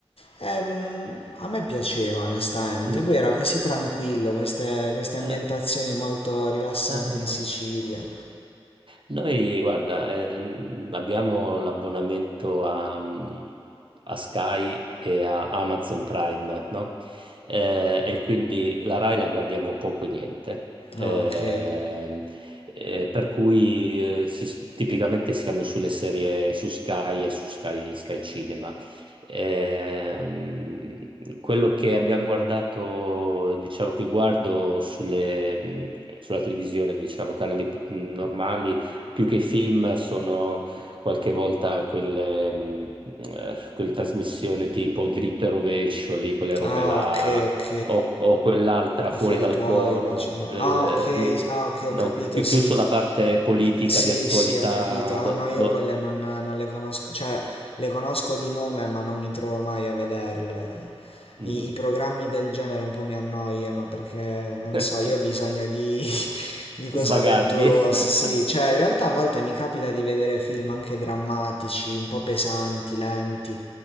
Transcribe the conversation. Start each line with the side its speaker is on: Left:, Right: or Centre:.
Left: Ehm, a me piaceva onestamente,
Right: <laughs>
Left: poi era così tranquillo, queste, queste ambientazioni
Right: Eh,
Left: molto rilassanti
Right: eh,
Left: in
Right: eh.
Left: Sicilia.
Right: Noi, guarda, ehm, abbiamo l'abbonamento a, mhmm, a Sky e a Amazon Prime, no? Eh, e quindi la Rai la guardiamo poco e niente. Ehm,
Left: Ah, ok.
Right: eh, per cui eh, si- tipicamente siamo sulle serie su Sky e su Sky, Sky Cinema. Ehm, quello che abbiamo guardato, diciamo che guardo sulle, mh, sulla televisione, diciamo, canali p- normali più che i film sono qualche volta quelle, mh, eh, quelle trasmissioni tipo Dritto e Rovescio, lì, quelle robe
Left: Ah,
Right: là,
Left: ok, ok.
Right: o, o quell'altra
Left: Affari
Right: fuori dal
Left: tuoi,
Right: coro,
Left: diciamo.
Right: eh,
Left: Ah, ok,
Right: n-
Left: ah, ok, ho
Right: no,
Left: capito,
Right: più,
Left: sì.
Right: più sulla parte politica
Left: Sì,
Right: di attualità,
Left: sì, ho capito. Ah,
Right: do-
Left: no, io
Right: do-
Left: quelle non, non le conosco, cioè le conosco di nome, ma non mi trovo mai a vederle.
Right: mm,
Left: i, i programmi del genere un po' mi annoiano perché non so,
Right: <laughs>
Left: io ho bisogno di, <laughs> di cose
Right: svagarmi.
Left: avventurose,
Right: <laughs>
Left: sì, cioè in realtà a volte mi capita di vedere film anche drammatici, un po' pesanti, lenti,